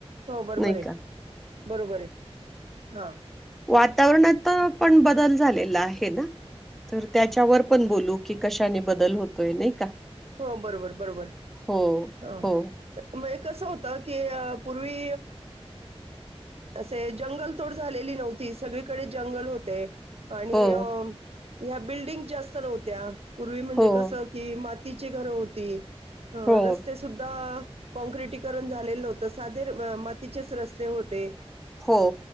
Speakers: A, on the right; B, in the centre.
A: हो बरोबर
B: नाही
A: आहे
B: का
A: बरोबर आहे हा
B: वातावरणात पण ब बल झा आहे तर त्याच्यावर पण बोलू की कशाने बदल होतोय नाही का
A: हो बरोबर बरोबर
B: हो
A: हा
B: हो
A: म कसं होत की पूर्वी असे जंगल तोड झालेली नव्हती सगळीकडे जंगल होते आणि
B: हो
A: अ ह्या बिल्डिंग जास्त नव्हत्या पूर्वी म्हणजे
B: हो
A: कसं की तिची घरं होती अ
B: हो
A: रस्ते सुद्धा कॉँक्रिटीकरण झालेलं हो्हतं साधे मातीचेच रस्ते होते
B: हो